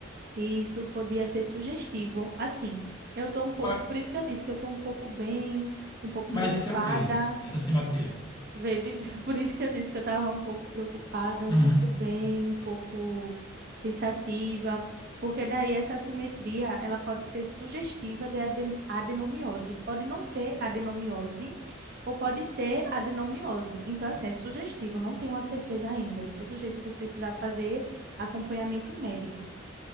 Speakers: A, on the right (about 50°); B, on the left (about 20°).
A: E isso podia ser sugestivo. Assim, eu tô um pouco,
B: Mas,
A: por isso que eu disse que eu tô um pouco bem, um pouco preocupada.
B: mas isso é o quê? Essa simetria?
A: Veio, <laughs> por isso que eu disse que eu estava um pouco preocupada, um
B: Uhum.
A: pouco bem, um pouco pensativa, porque daí essa assimetria, ela pode ser sugestiva de aden- adenomiose, pode não ser adenomiose ou pode ser adenomiose. Então, assim, é sugestivo, não tenho uma certeza ainda. De todo jeito, eu vou precisar fazer acompanhamento médico.